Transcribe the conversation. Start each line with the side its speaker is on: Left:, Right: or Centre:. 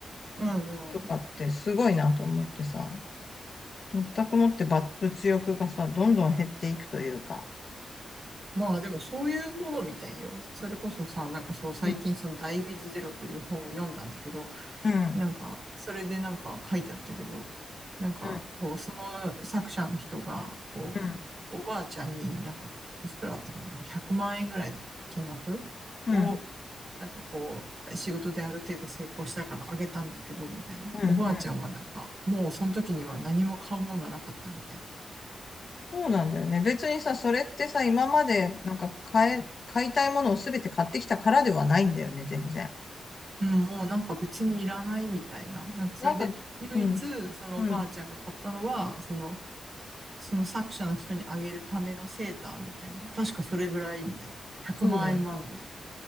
Right: うんうん。
Left: とかってすごいなと思ってさ、全くもってば物欲がさ、どんどん減っていくというか。
Right: まあでもそういうものみたいよ。それこそさ、なんかそう最近そのダイ
Left: うん、
Right: e w i t という本を読んだんだけど、
Left: うん、
Right: なんかそれでなんか書いてあったけど、なんかこうその作者の人が、
Left: うん、
Right: こう、
Left: うん、
Right: おばあちゃんになんかいくらだったかな、まあ100万円ぐらいの金額を、
Left: うん、
Right: なんかこう、仕事である程度成功したからあげたんだけど、みたいな。
Left: うん、
Right: おばあちゃんはなんか、
Left: うん。
Right: もうその時には何も買うもんがなかったみたいな。
Left: そうなんだよね。別にさ、それってさ、今までなんか買え、買いたいものをすべて買ってきたからではないんだよね、全然。
Right: うん、もうなんか別にいらないみたいな。なんかそれで唯一そのおばあちゃんが買ったのは、
Left: なんか、うん、うん、
Right: その、その作者の人にあげるためのセーターみたいな。確かそれぐらいみたいな。100万円もあるのに。
Left: そうだよ。